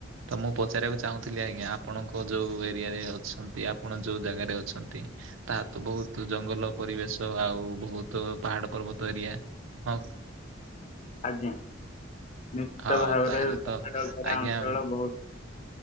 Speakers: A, on the right; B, on the left.
A: ତ ମୁଁ ପଚାରିବାକୁ ଚାହୁଁଥିଲି ଆଜ୍ଞା ଆପଣଙ୍କ ଯୋଉ ଏରିଆରେ ଅଛନ୍ତି ଆପଣ ଯୋଉ ଜାଗାରେ ଅଛନ୍ତି। ତାହା ତ ବହୁତ ଜଙ୍ଗଲ ପରିବେଶ ଆଉ ବହୁତ ପାହାଡ ପର୍ବତ ଏରିଆ। ହଁ।
B: ଆଜ୍ଞା ନିଶ୍ଚିତ
A: ହଁ
B: ଭାବରେ
A: ତାହେଲେ ତ
B: ପାହାଡ ଘେରା
A: ଆଜ୍ଞା
B: ଅଞ୍ଚଳ ବହୁତ